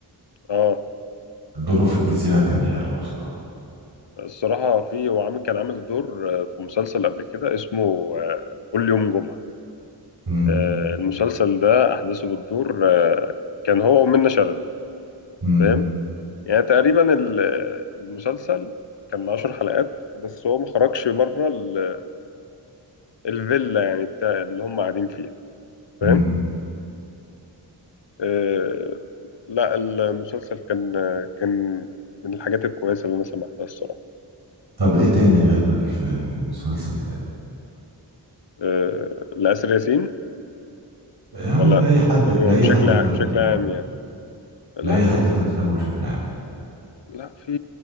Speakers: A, on the left; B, on the right.
A: اه
B: دوره في الجزيرة كان حلو بصراحة
A: الصراحة في هو عامل كان عامل دور آه، في مسلسل قبل كده اسمه آه، كل يوم جمعة
B: امم
A: آه، المسلسل ده أحداثه بتدور آه، كان هو ومنة شلبي
B: امم
A: فاهم يعني تقريبا ال- آه، المسلسل كان 10 حلقات بس هو ما خرجش بره ال- الفيلا يعني بتاع اللي هم قاعدين فيها
B: امم
A: فاهم آه، لا المسلسل كان آه، كان من الحاجات الكويسة اللي أنا سمعتها الصراحة
B: طب ايه تاني غير في المسلسل ده
A: آه، لآسر ياسين
B: يعني
A: ولا
B: لأي حد
A: هو
B: لأي
A: بشكل
B: حد انت بتحبه
A: بشكل عام
B: يعني.
A: يعني لا
B: لأي
A: في
B: حد انت بتحبه بشكل عام
A: لا في